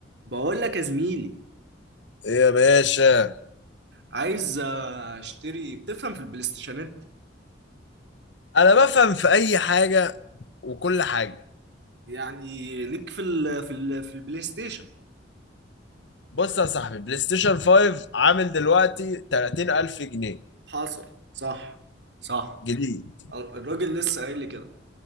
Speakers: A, on the right; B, on the left.
A: بقول لك يا زميلي
B: ايه يا باشا
A: عايز آه، اشتري بتفهم في البلاي ستيشنات
B: انا بفهم في اي حاجه وكل حاجه
A: يعني ليك في ال في ال في البلاي ستيشن
B: بص يا صاحبي بلاي ستيشن 5 عامل دلوقتي 30000 جنيه
A: حاصل صح صح
B: جديد
A: الراجل لسه قايل لي كده